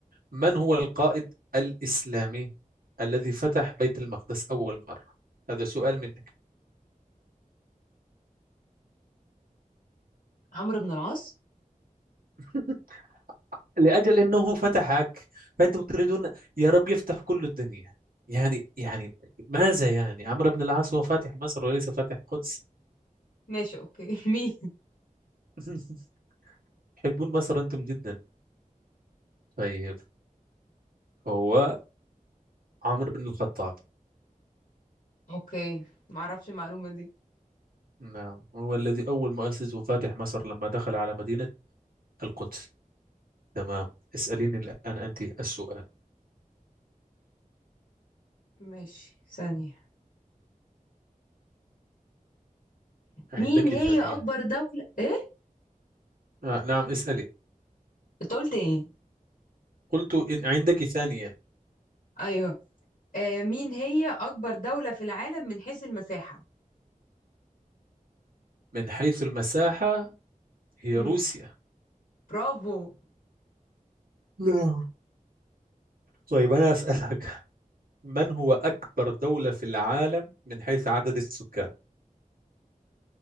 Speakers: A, on the right; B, on the left.
A: من هو القائد الاسلامي الذي فتح بيت المقدس اول مره هذا سؤال منك
B: عمرو بن العاص
A: <laughs> لاجل انه فتحك فانتم تريدون يا رب يفتح كل الدنيا يعني يعني ماذا يعني عمرو بن العاص هو فاتح مصر وليس فاتح القدس
B: ماشي اوكي <laughs> مين
A: <laughs> تحبون مصر انتم جدا طيب هو عمرو بن الخطاب
B: اوكي معرفش المعلومة دي
A: نعم هو الذي اول مؤسس وفاتح مصر لما دخل على مدينه القدس تمام اسأليني الآن أنت السؤال
B: ماشي ثانية
A: عندك
B: مين هي
A: ثانية
B: أكبر دولة ايه
A: آه نعم اسألي
B: انت قلت ايه
A: قلت إن عندك ثانية
B: ايوه آه مين هي أكبر دولة في العالم من حيث المساحة
A: من حيث المساحة هي
B: امم
A: روسيا
B: برافو
A: نعم طيب أنا أسألك من هو أكبر دولة في العالم من حيث عدد السكان